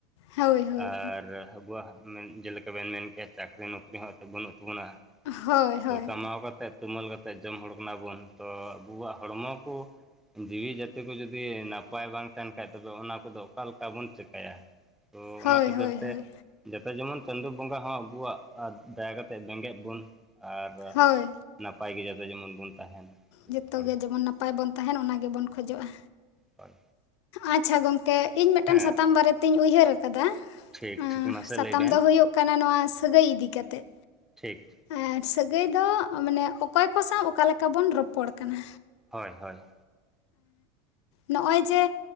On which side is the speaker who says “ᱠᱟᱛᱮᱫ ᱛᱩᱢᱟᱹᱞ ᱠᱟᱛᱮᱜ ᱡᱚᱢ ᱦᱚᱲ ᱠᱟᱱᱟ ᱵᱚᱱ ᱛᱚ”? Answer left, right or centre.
Centre